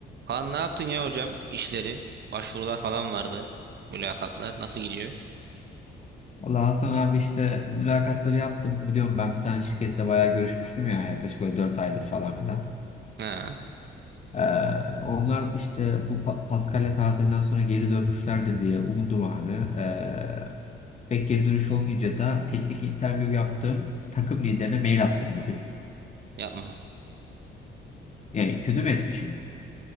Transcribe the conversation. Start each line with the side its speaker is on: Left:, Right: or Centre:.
Right: Kaan ne yaptın ya hocam? İşleri, başvurular falan vardı. Mülakatlar nasıl gidiyor?
Left: Valla Hasan abi işte mülakatları yaptım. Biliyorum ben bir tane şirkette bayağı görüşmüştüm ya yaklaşık böyle 4 aydır falan filan.
Right: Ha,
Left: Ee, onlar işte bu Pa- Paskalya tatilinden sonra geri dönmüşlerdir diye umudum abi. Ee, pek geri dönüş olmayınca da teknik interview yaptım. Takım liderine mail attım bugün.
Right: yapma.
Left: Yani kötü mü etmişim?